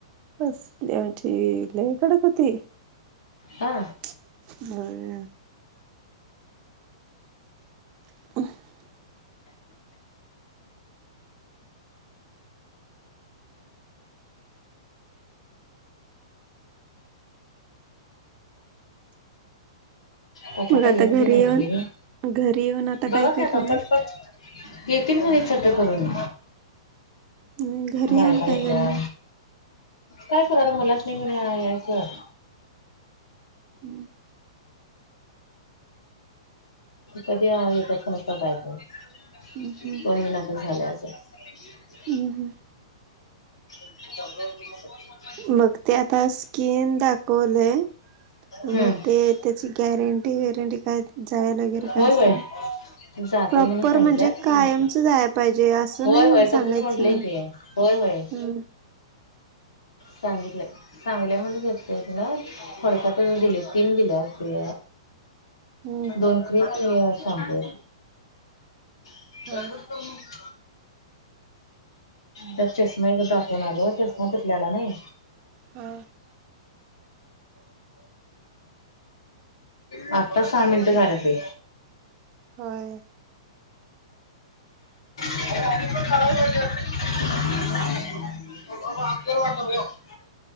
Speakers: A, on the right; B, on the left.
A: असली आमची लय कडक होती.
B: हा.
A: <unintelligible> <inaudible>
B: पताता
A: मग आता
B: येत बी
A: घरी
B: नाही
A: येऊन
B: बघ
A: घरी येऊन आता काय
B: जेवा
A: करणार
B: की आता पटपट. येतील कोणी चट करून.
A: आणि घरी
B: बायका
A: येऊन काय
B: इथल्या
A: करणार?
B: काय कराला मुलास्नी <unintelligible> यायचं.
A: हम्म.
B: कधी येतात प नसतायत नाही
A: हम्
B: कोण विना पण झालं अजं <inaudible>
A: हम्म.
B: <unintelligible>
A: मग ते आता स्किन दाखवले मग
B: हम्म
A: ते त्याची गॅरंटी वेरंटी काय जायल वगैरे
B: होय
A: काय असं.
B: होय जाते
A: प्रॉपर
B: म्हणून सांगितल्यात
A: म्हणजे कायमच जायला पाहिजे असं
B: होय
A: नाही
B: होय तसच
A: सांगायचं.
B: म्हटलंय की होय होय.
A: ह
B: सांगितलं. चांगल्या म्हण भेते ति ना फोडक्यात दिले तीन दिल्या असती.
A: हम्म
B: दोन क्रीम आणि अं शॅम्पू. <unintelligible>
A: हा
B: त्या चष्माच दाखवून आलो. चष्मा तुटल्याला नाही.
A: हा
B: आत्ता सहा मिनिटं झाल्यात बाई.
A: होय.
B: <unintelligible>